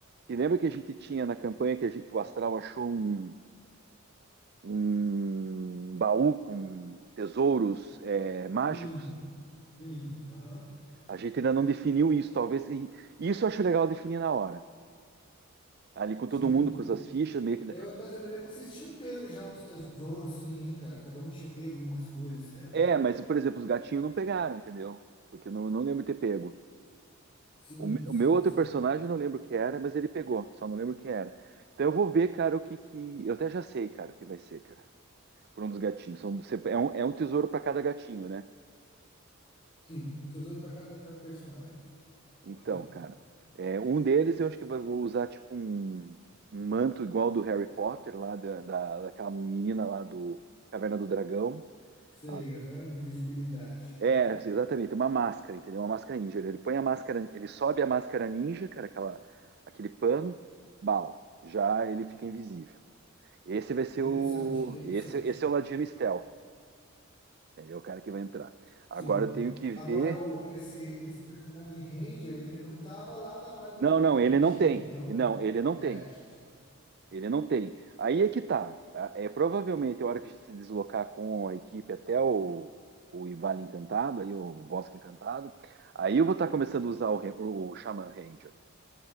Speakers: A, on the right (about 50°); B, on the left (about 25°).
A: que lembra que a gente tinha na campanha que, a gente- que o Astral achou um um baú com tesouros é, mágicos.
B: Sim, sim, aham,
A: A gente ainda não definiu isso, talvez. E isso eu acho legal definir na hora. Ali com todo
B: sim.
A: mundo, com essas fichas, meio que.
B: Eu, mas eu me lembro que vocês tinham pego já uns tesouros, sim, hein, cara? Cada um tinha pego umas coisas, se lembra?
A: É, mas, por exemplo, os gatinhos não pegaram, entendeu? Porque eu não, não lembro de ter pego.
B: Sim,
A: O me-
B: sim,
A: o meu outro
B: sim.
A: personagem eu não lembro o que era, mas ele pegou, só não lembro o que era. Então eu vou ver, cara, o que que. Eu até já sei, cara, o que vai ser, cara. Por um dos gatinhos. São- você- É um, é um tesouro para cada gatinho, né?
B: Sim, um tesouro para cada personagem.
A: Então,
B: Aham.
A: cara, é, um deles eu acho que eu vou usar tipo um, um manto igual do Harry Potter, lá da, da, daquela menina lá do Caverna do Dragão.
B: Sei,
A: Ela-
B: aham, invisibilidade.
A: é, exatamente, uma máscara, entendeu? Uma máscara ninja. Ele, ele põe a máscara, ele sobe a máscara ninja, cara, aquela, aquele pano, bal, já ele fica invisível. Esse vai ser
B: Interessante,
A: o.
B: interessante.
A: Esse, esse é o Ladino Stealth, entendeu? O cara que vai entrar. Agora
B: Sim.
A: eu tenho que ver.
B: Agora, o, esse, esse personagem Ranger, ele não tava lá na hora do,
A: Não,
B: do
A: não, ele
B: Rashid,
A: não tem.
B: então.
A: Não, ele não
B: É,
A: tem.
B: ju-
A: Ele não tem. Aí é que tá. A- É provavelmente a hora que a gente se deslocar com a equipe até o, o Vale Encantado, ali o Bosque Encantado, aí eu vou estar começando a usar o, re- o Shaman Ranger.